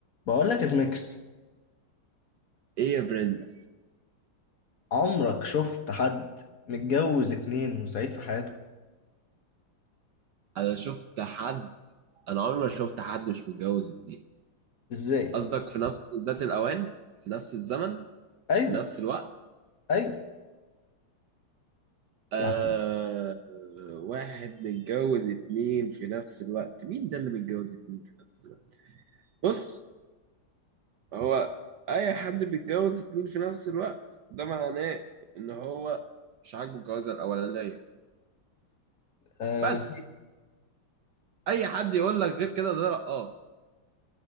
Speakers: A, on the left; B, on the right.
A: بقول لك يا زميكس
B: ايه يا برنس
A: عمرك شفت حد متجوز اتنين وسعيد في حياته
B: انا شفت حد انا عمري ما شفت حد مش متجوز اتنين
A: ازاي
B: قصدك في نفس ذات الاوان في نفس الزمن
A: ايوه
B: في نفس الوقت
A: ايوه
B: آه...
A: يعني
B: واحد متجوز اتنين في نفس الوقت مين ده اللي متجوز اتنين في نفس الوقت بص هو اي حد بيتجوز اتنين في نفس الوقت ده معناه ان هو مش عاجبه الجوازة الاولانية
A: آه
B: بس اي حد يقول لك غير كده ده رقاص